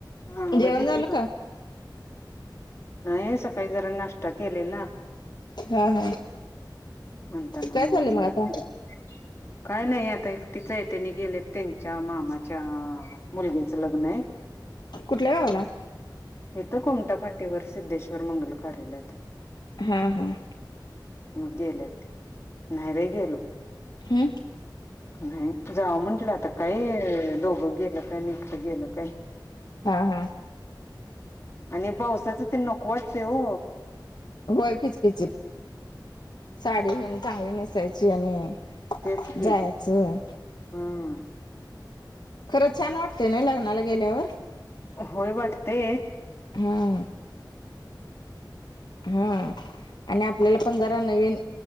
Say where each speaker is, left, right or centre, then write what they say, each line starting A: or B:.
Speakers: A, on the left; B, on the left.
A: हा
B: हॅलो
A: आवाज
B: जेवण
A: येती
B: झालं
A: का? नाही सकाळी जरा नाश्ता केलेला.
B: हा, हा.
A: <unintelligible> ना
B: काय चाललंय
A: माझी
B: मग
A: <unintelligible>
B: आता
A: काय नाही <unintelligible> एक तिथंय त्यानी गेलेत त्यांच्या मामाच्या मुलग्याच लग्न आहे.
B: कुठल्या गावाला?
A: इथ कोमटा फाटीवर सिद्धेश्वर मंगल कार्यालयात.
B: हं, हं.
A: मग गेले ते. नाही बाई गेलो.
B: हम्म
A: नाही जाव म्हटलं आता काय दोघं गेलं काय अन एकटं गेलं काय.
B: हा, हा.
A: आणि पावसाच ते नको वाटतय ओ.
B: होय किचकिचित साडी हेन चांगली नेसायची आणि
A: तेच की
B: जायाचं.
A: हम्म
B: खरंच छान वाटतेय ना लग्नाला गेल्यावर.
A: होय वाटतयं
B: हा हा आणि आपल्याला पण जरा नवीन